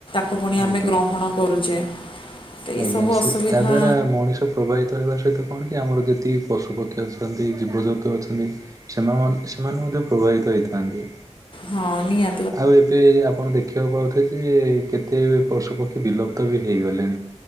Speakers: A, on the left; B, on the right.
A: ତାକୁ ପୁଣି ଆମେ
B: ଆଜ୍ଞା।
A: ଗ୍ରହଣ କରୁଛେ। ତ ଏଇସବୁ
B: ଆଜ୍ଞା ସେ
A: ଅସୁବିଧା
B: ତା ଦ୍ଵାରା ମଣିଷ ପ୍ରବାହିତ ହେବା ସହିତ କଣ କି ଆମର ଯେତିକି ପଶୁପକ୍ଷୀ ଅଛନ୍ତି ଜୀବଜନ୍ତୁ ଅଛନ୍ତି ସେମାନେ ମ ସେମାନେ ମଧ୍ୟ ପ୍ରଭାବିତ ହେଇଥାନ୍ତି।
A: ହଁ ନିୟ
B: ଆଉ ଏବେ ଆପଣ ଦେଖିବାକୁ ପାଉଥିବ ଯେ କେତେ ପଶୁପକ୍ଷୀ ବିଲୁପ୍ତ ବି ହୋଇଇଗଲେଣି।